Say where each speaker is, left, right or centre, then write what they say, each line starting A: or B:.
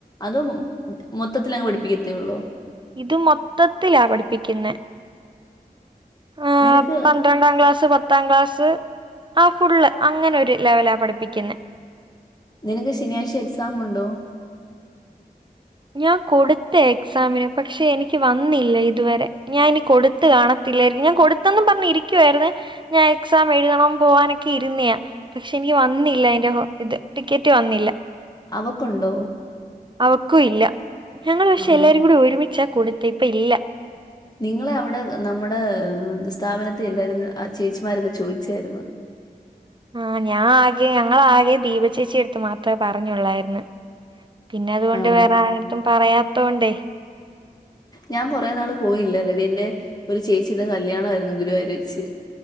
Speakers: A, on the left; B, on the right.
A: അതും മൊത്തത്തിലങ്ങ് പഠിപ്പിക്കത്തെ ഉള്ളോ
B: ഇത് മൊത്തത്തിലാ പഠിപ്പിക്കുന്ന ആ
A: നിനക്ക്
B: രണ്ടാം ക്ലാസ് പത്താം ക്ലാസ് ആ ഫുള്ള് അങ്ങനെ ഒരു ലെവലാ പഠിപ്പിക്കുന്നേ
A: നിനക്ക് ശനിയാഴ്ച്ച എക്സാം ഉണ്ടോ
B: ഞാൻ കൊടുത്ത എക്സാമിന് പക്ഷെ എനിക്ക് വന്നില്ല ഇതുവരെ ഞാൻ ഇനി കൊടു ത്ത് കാണത്തില്ലേയിരിക്കും ഞാൻ കൊടുത്തന്ന് പറഞ്ഞുരിക്കുവായിരുന്ന് ഞാൻ എക്സാം എഴുതണം പോവനൊക്കെ ഇരുന്നെയാ പക്ഷെ എനിക്ക് വന്നില്ല അതിന്റെ ഹോ ഇത് ടിക്കറ്റ് വന്നില്ല
A: അവക്കുണ്ടോ
B: അവക്കുംല്ല ഞങ്ങൾ പക്ഷെ
A: ആണോ
B: എല്ലാരു കൂടി ഒരുമിച്ചാ കൊടുത്ത ഇപ്പൊ ഇല്ല
A: നിങ്ങളെ അവിടെ നമ്മടെ സ്ഥാപനത്തി എന്തായിരുന്നു ആ ചേച്ചിമാരൊക്കെ ചോയിച്ചായിരുന്ന്
B: ആ ഞാൻ ആകെ ഞങ്ങളാകെ ദീപചേച്ചിട്ത്ത് മാത്ര പറഞ്ഞോള്ളായിരുന്ന് പിന്നെ അതൊണ്ട്
A: ആണൽ
B: വേറെ ആരെടുത്തും പറയാത്തോണ്ടേ
A: ഞാൻ കുറെ നാള് പോയില്ലെരുന്നു പിന്നെ ഒരു ചേച്ചിടെ കല്യാണായിരുന്നു ഗുരുവായിര് വെച്ച്